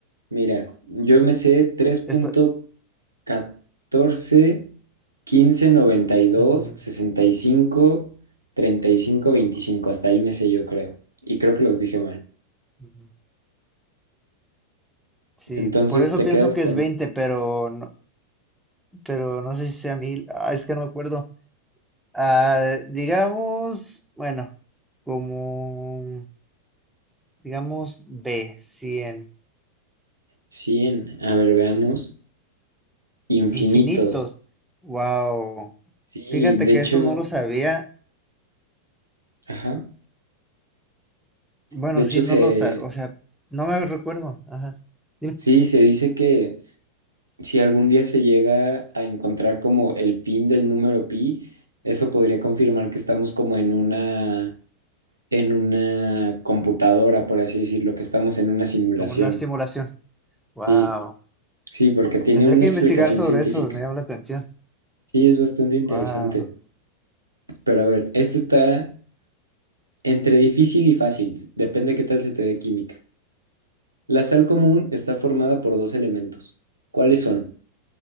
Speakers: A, on the right; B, in the centre.
A: Mira, yo me sé tres punto
B: Esto.
A: catorce quince noventa y dos
B: ujú,
A: sesenta y cinco treinta y cinco veinticinco Hasta ahí me sé yo, creo. Y creo que los dije mal.
B: ujú. Sí,
A: Entonces
B: por eso
A: te
B: pienso
A: quedas
B: que
A: con
B: es 20, pero no, pero no sé si sea mil. Ah, es que no me acuerdo. Ah, digamos, bueno, como, digamos, b cien
A: cien a ver, veamos. Infinitos.
B: infinitos. Wow.
A: Sí,
B: Fíjate
A: de
B: que
A: hecho,
B: eso no lo sabía.
A: ajá.
B: Bueno,
A: De hecho,
B: sí,
A: se,
B: no lo sabía. O sea, no me recuerdo. Ajá. Dime,
A: sí, se dice que si algún día se llega a encontrar como el fin del número pi, eso podría confirmar que estamos como en una, en una computadora, por así decirlo, que estamos en una simulación.
B: como una simulación. Wow.
A: Sí, sí, porque tiene
B: Tendré
A: una
B: que
A: explicación
B: investigar sobre
A: científica.
B: eso, me llama la atención.
A: Sí, es bastante interesante.
B: Wow.
A: Pero a ver, esto está entre difícil y fácil. Depende qué tal se te dé química. La sal común está formada por dos elementos. ¿Cuáles son?